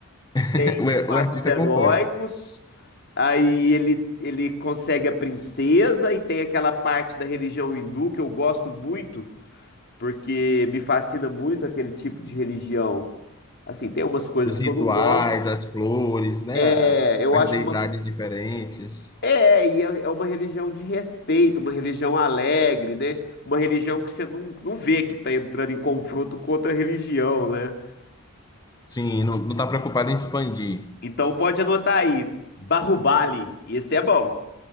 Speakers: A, on the left; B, on the left.
A: <laughs>
B: tem
A: O, ar-
B: fatos
A: o artista
B: heróicos,
A: é completo.
B: aí ele, ele consegue a princesa e tem aquela parte da religião hindu que eu gosto muito, porque me fascina muito aquele tipo de religião. Assim, tem umas coisas
A: Os rituais,
B: que eu não gosto.
A: as flores, né? a-
B: É,
A: a-
B: eu
A: As
B: acho
A: deidades
B: uma
A: diferentes.
B: É, e é é uma religião de respeito, uma religião alegre, né? Uma religião que você não, não vê que tá entrando em confronto com outra religião, né?
A: Sim, não, não tá preocupado em expandir.
B: Então pode anotar aí, Barrubali, esse é bom.